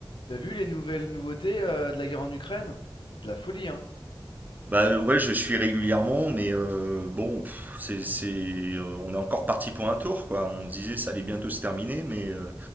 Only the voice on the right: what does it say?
Bah ouais, je suis régulièrement, mais euh, bon, pff, c'est, c'est, euh, on est encore parti pour un tour, quoi. On se disait ça allait bientôt se terminer, mais euh,